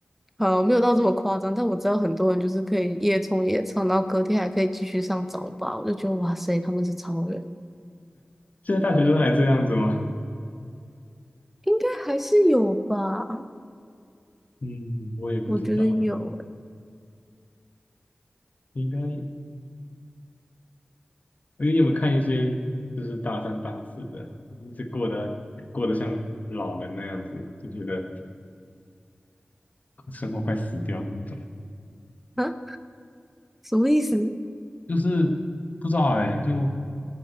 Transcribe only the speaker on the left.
现在大学生还这样子吗？
嗯，我也不知道，
应该你有没有看一些就是大三大四的，就是过得过得像老人那样子，就觉得生活快死掉那种，
就是不知道哎、就